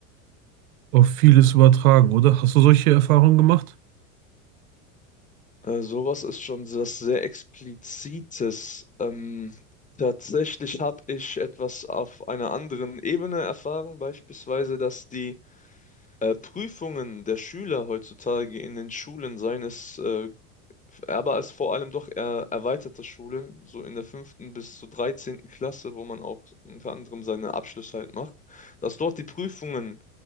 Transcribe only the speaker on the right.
auf vieles übertragen, oder? Hast du solche Erfahrungen gemacht?